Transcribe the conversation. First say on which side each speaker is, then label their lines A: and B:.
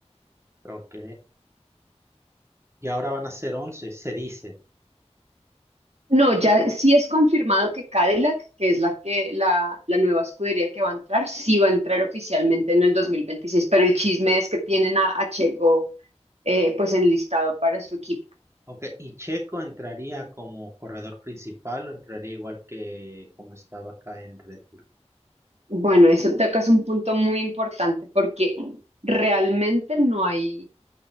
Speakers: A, on the right; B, on the right.
A: ok, y ahora van a ser 11, se dice.
B: No, ya sí es confirmado que Cadillac, que es la, que, la, la nueva escudería que va a entrar, sí va a entrar oficialmente en el 2026, pero el chisme es que tienen a, a Checo eh, pues enlistado para su equipo.
A: Ok, y Checo entraría como corredor principal o entraría igual que como estaba acá en Red Bull.
B: Bueno, eso tocas un punto muy importante porque realmente no hay